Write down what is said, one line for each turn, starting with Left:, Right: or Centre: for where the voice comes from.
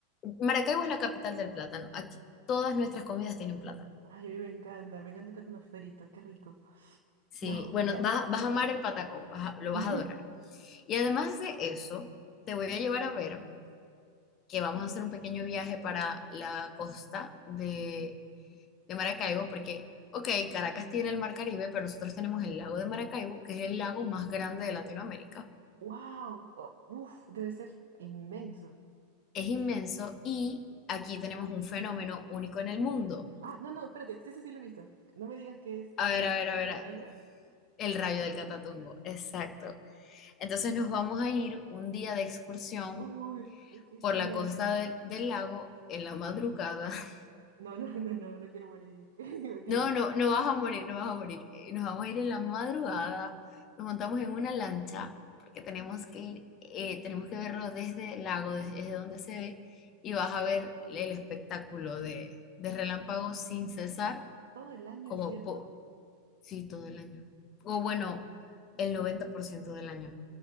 Left: Maracaibo es la capital del plátano. Aquí todas nuestras comidas tienen plátano.
Right: Ay, a mí me encanta. Me encanta el plátano frito. Qué rico.
Left: Sí,
Right: No,
Left: bueno,
Right: ya.
Left: vas, vas a amar el patacón, vas a- lo vas
Right: <laughs>
Left: a adorar. Y además de eso, te voy a llevar a ver que vamos a hacer un pequeño viaje para la costa de, de Maracaibo, porque, ok, Caracas tiene el Mar Caribe, pero nosotros tenemos el lago de Maracaibo, que es el lago más grande de Latinoamérica.
Right: ¡Wow! uf, debe ser inmenso.
Left: es inmenso y aquí tenemos un fenómeno único en el mundo.
Right: Ah, no, no, espérate, sí, ese sí lo he visto. No me digas que es
Left: A
Right: el
Left: ver, a ver,
Right: de
Left: a ver,
Right: los
Left: a-
Right: rayos.
Left: el rayo del Catatumbo, exacto. Entonces nos vamos a ir un día de excursión
Right: Uy, qué
Left: por
Right: genial.
Left: la costa del, del lago en la madrugada. <laughs>
Right: No, no, <laughs> no, no, no quiero morir. <laughs> Mentira.
Left: No, no, no vas a morir, no vas a morir. Eh, Nos vamos a ir en la madrugada, nos montamos en una lancha porque tenemos que ir, eh, tenemos que verlo desde el lago, des- desde donde se ve, y vas a ver el espectáculo de, de relámpagos sin cesar
Right: Todo el año,
Left: como
Right: ¿es cierto?
Left: po- Sí, todo el año. O bueno, el 90% del año.